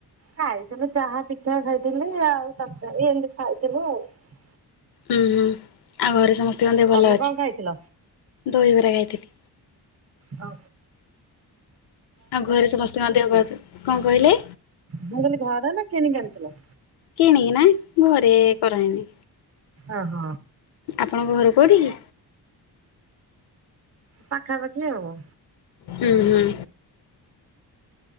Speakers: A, on the right (about 40°); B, on the left (about 70°).
A: ଖାଇଥିଲୁ ଚାହା ପିଠା ଖାଇଥିଲି ଆଉ ତରକାରୀ ଏମିତି ଖାଇଥିଲୁ ଆଉ।
B: ଉଁ ହୁଁ ଆଉ ଘରେ ସମସ୍ତଙ୍କ ଦେହ ଭଲ
A: ତମେ
B: ଅଛି
A: କଣ ଖାଇଥିଲ?
B: ଦହିବରା ଖାଇଥିଲି।
A: ଓ।
B: ଆଉ ଘରେ ସମସ୍ତେଙ୍କ ଦେହବାଦ କଣ କହିଲେ?
A: ମୁଁ କହିଲି ଘର ନା କିଣିିକି ଆଣିଥିଲ?
B: କିଣିକି ନା ଘରେ କରାହେଇନି।
A: ଅ ହ।
B: ଆପଣଙ୍କ ଘର କେଉଠିକି?
A: ପାଖା ପାଖି ଆଉ।
B: ହୁଁ ହୁଁ।